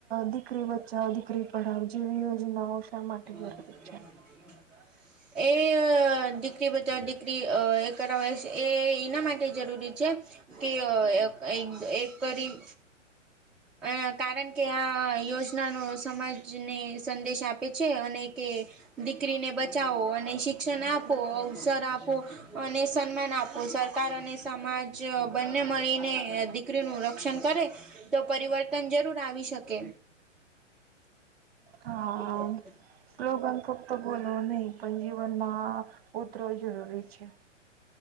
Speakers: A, on the right; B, in the centre.
A: દીકરી બચાઓ દીકરી પઢાઓ જેવીી યોજનાઓ શા માટે
B: હ
A: જરૂરી છે
B: એ દીકરી બધા દીકરી એ કરાવય છે એ એના માટે જરૂરી છે કે અ એક કરી અ કારણ કે આ યોજનાનો સમાજને સંદેશ આપે છે અને કે દીકરીને બચાવો અને શિક્ષણ આપો અવસર આપો અને સન્માન આપો સરકાર અને સમાજ બંને મળીને દી દીકરી નું રક્ષણ કરે તો પરિવર્તન જરૂર આવી શકે
A: હા
B: <unintelligible>
A: સ્લોગન ફક્ત બોલવો નહીં પણ જીવનમાં આ ઉતરો જરૂરી છે.